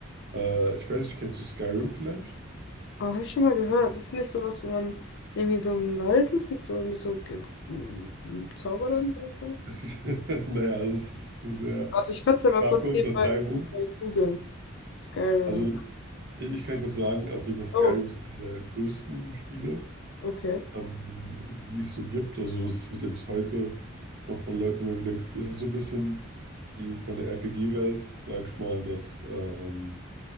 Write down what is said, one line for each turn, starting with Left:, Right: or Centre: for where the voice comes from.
Right: Äh, ich weiß nicht, kennst du Skyrim vielleicht?
Left: Aber habe ich schon mal gehört. Das ist nicht sowas, wo man irgendwie so im Wald ist mit so, mit so Ge- m- m- Zauberern
Right: Es,
Left: oder so.
Right: es ist, <laughs> naja, also es ist eine sehr
Left: Warte, ich kann es ja mal
Right: starke
Left: kurz
Right: Untertreibung.
Left: nebenbei nebenbei googeln. Skyrim.
Right: Also, ich ich kann kurz sagen, auf jeden Fall Skyrim
Left: Oh,
Right: ist einer der größten Spiele.
Left: okay.
Right: ähm, die es so gibt. Also es wird ja bis heute noch von Leuten immer wieder gespielt. Es ist so ein bisschen die von der RPG-Welt, sage ich mal, das, ähm,